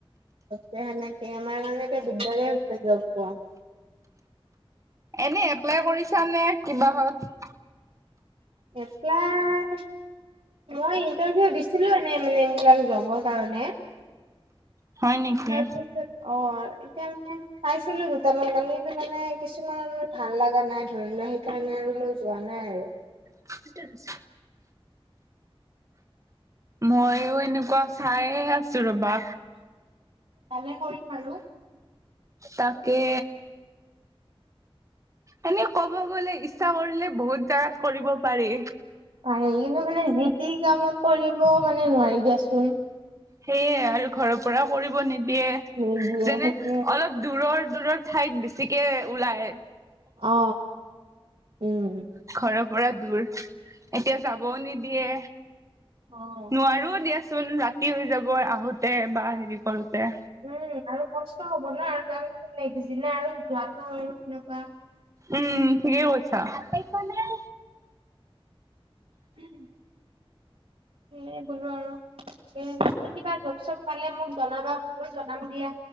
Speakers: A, on the right; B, on the right.
A: সেনেকে আমাৰ মানে এতিয়া দিগদাৰে হৈছে জব পোৱা
B: এনেই এপ্লাই কৰিছালে কিবাহত
A: এপ্লাই মই ইন্টাৰভিউ দিছিলো এনে মানে এইবিলাক জবৰ কাৰণে
B: হয় নেকি
A: তাৰপিছত অ এতিয়া মানে পাইছিলো দুটামান কাম কিন্তু মানে কিছুমান ভাল লগা নাই ধৰি লোৱা সেইকাৰণে আৰু মই যোৱা নাই আৰু
B: <unintelligible> মইয়ো এনেকুৱা চাইয়ে আছো ৰবা
A: ভালে কৰিছা আৰু
B: তাকে এনে ক'ব গলে ইচ্ছা কৰিলে বহুত জেগাত কৰিব পাৰি
A: পাৰে কিন্তু মানে যি তি কামত কৰিব মানে নোৱাৰি দিয়াচোন
B: সেয়ে আৰু ঘৰৰ পৰা কৰিব নিদিয়ে
A: ৰ'দ দিয়ে
B: যেনে
A: সেইটোৱে
B: অলপ দূৰৰ দূৰৰ ঠাইত বেছিকে ওলায়
A: অ উম
B: ঘৰৰ পৰা দূৰ এতিয়া যাবও নিদিয়ে
A: অ
B: নোৱাৰো দিয়াচোন ৰাতি হৈ যাব আহোতে বা হেৰি কৰোতে
A: উম আৰু কষ্ট হ'ব ন আৰু তাৰপিছত নেক্সট দিনা আৰু যোৱাতো সেনেকুৱা
B: উম ঠিকেই কৈছা আতৰিছা নে
A: <unintelligible> সেয়ে কলো আৰু এ তুমি কিবা জব চব পালে মোক জনাবা মইয়ো জনাম দিয়া